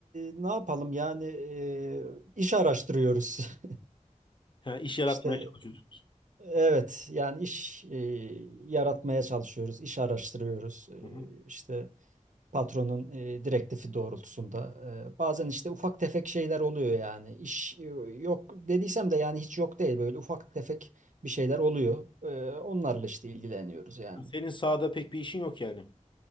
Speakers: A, on the right; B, on the left.
A: ne yapalım yani e, iş araştırıyoruz. <laughs>
B: Ha, iş yaratmaya
A: İşte
B: çalışıyorsunuz.
A: e, evet yani iş e, yaratmaya çalışıyoruz, iş araştırıyoruz. E,
B: Hı hı.
A: işte patronun e, direktifi doğrultusunda. E, bazen işte ufak tefek şeyler oluyor yani. İş e, yok dediysem de yani hiç yok değil böyle ufak tefek bir şeyler oluyor. E, onlarla işte ilgileniyoruz yani.
B: Senin sahada pek bir işin yok yani.